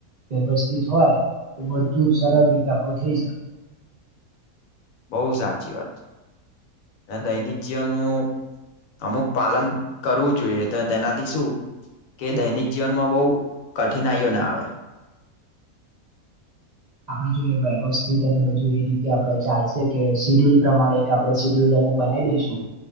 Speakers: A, on the right; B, on the left.
A: વ્યવસ્થિત હોય તો બધું જ સરળ રીતે આપ થઈ શકે
B: બહ સાચી વાત છે અને દૈનિક જીવનનુંું અમુક પાલન કરવું જોઈએ તો તેનાથી શું કે દૈનિક જીવનમાં બહુ કઠિનાઈઓ ના આવે
A: આપડે જો વ્યવસ્થિત અને બધું એ રીતે આપડણે ચાલશે કે શીડ્યુલ પ્રમાણે એક આપડણે સીડ્યુલ બનાવી દઈશું